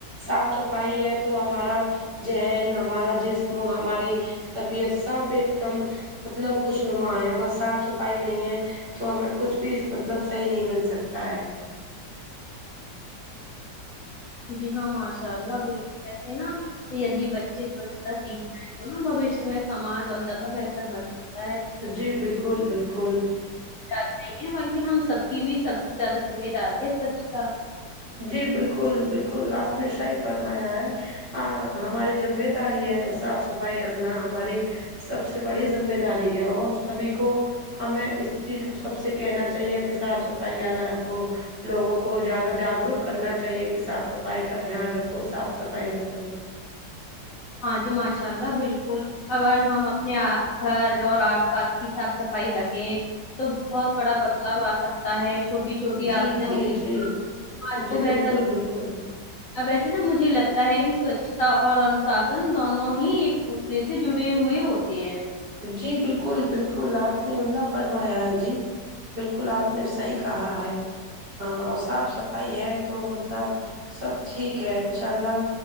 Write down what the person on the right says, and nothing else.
صاف صفائی ہے تو ہمارا جہن ہمارا جسم ہماری طبیعت سب ایک دم مطلب خوش نما ہے اگر صاف صفائی نہیں ہے تو ہمیں کچھ بھی مطلب صحیح نہیں مل سکتا ہے
جی بالکل بالکل
جی بالکل بالکل آپ نے صحیح فرمایا ہے ا ہماری ذمہ داری ہے صاف صفائی رکھنا ہماری سب سے بڑی ذمہ داری ہے اور سبھی کو ہمیں اس چیز کو سب سے کہنا چاہیے کہ صاف صفائی زیادہ رکھو لوگوں کو زیادہ جاگروک کرنا چاہیے کہ صاف صفائی کا دھیان رکھو صاف صفائی رکھو
جی
جی
جی
جی
بالکل بالکل
جی بالکل بالکل آپ نے انہ فرمایا ہے جی بالکل آپ نے صحی کہا ہے صاف صفائی ہے تو مطلب سب ٹھیک ہے انشاء اللہ